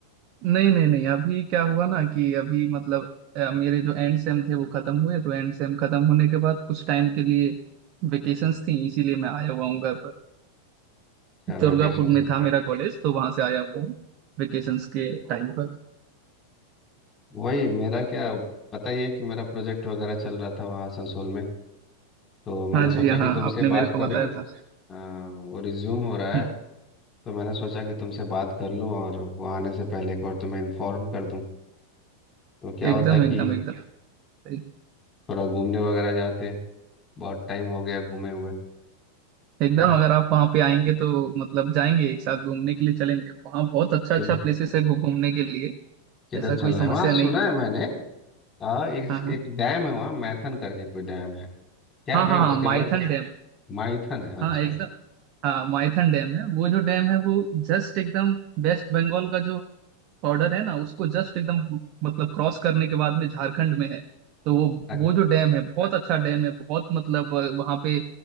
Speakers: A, on the right (about 40°); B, on the left (about 25°).
A: नहीं नहीं नहीं अभी क्या हुआ ना कि अभी मतलब अ, मेरे जो एंड सेम थे वो खत्म हुए तो एंड सेम खत्म होने के बाद कुछ टाइम के लिए वेकेशंस थी इसीलिए मैं आया हुआ हूँ घर पर
B: क्या
A: दुर्गापुर
B: वैकेशन
A: में
B: चल रहा
A: था मेरा कॉलेज तो वहां से आया हुआ हूँ वेकेशंस के टाइम पर
B: वही मेरा क्या पता ही है कि मेरा प्रोजेक्ट वगैरह चल रहा था वहाँ आसनसोल में तो मैंने
A: हाँ जी
B: सोचा कि
A: हाँ
B: तुमसे
A: आपने
B: बात
A: मेरे को
B: कर
A: बताया
B: लूँ
A: था
B: हाँ, वो रिज्यूम हो रहा
A: हम्म,
B: है तो मैंने सोचा कि तुमसे बात कर लूँ और वहाँ आने से पहले एक बार तुम्हें इन्फॉर्म कर दूँ तो क्या होता
A: एकदम
B: कि
A: एकदम एकदम सही।
B: थोड़ा घूमने वगैरह जाते बहुत टाइम हो गया घूमे हुए
A: एकदम
B: है
A: अगर आप वहाँ पे आएंगे तो मतलब जाएंगे एक साथ घूमने के लिए चलेंगे वहाँ बहुत अच्छा
B: किधर
A: अच्छा प्लेसेस है घू- घूमने के लिए
B: किधर
A: ऐसा
B: चलना
A: कोई समस्या
B: है वहाँ सुना
A: नहीं होगा
B: है मैंने हाँ एक,
A: हाँ हाँ
B: एक डैम है वहाँ मैथन करके कोई डैम है क्या
A: हाँ
B: है
A: हाँ हाँ
B: उसके
A: माइथन
B: बारे में कुछ
A: डैम
B: माइथन है
A: हाँ
B: अच्छा
A: एकदम
B: अच्छा
A: हाँ माइथन डैम है वो जो डैम है वो जस्ट एकदम वेस्ट बंगाल का जो बॉर्डर है ना उसको जस्ट एकदम मतलब क्रॉस करने के बाद में झारखंड में है तो वो
B: अ-
A: वो जो डैम है बहुत अच्छा डैम है बहुत मतलब अ, वहाँ पे